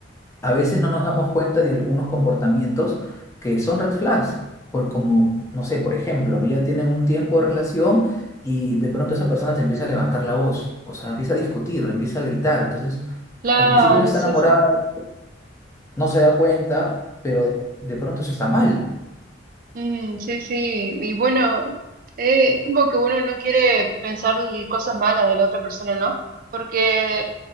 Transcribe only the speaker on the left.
a veces no nos damos cuenta de algunos comportamientos que son red flags, por como, no sé, por ejemplo, ¿no? ya tienen un tiempo de relación y de pronto esa persona te empieza a levantar la voz, o sea, empieza a discutir, empieza a gritar, entonces
al principio uno está
enamorado,
no se da cuenta, pero de pronto eso está mal.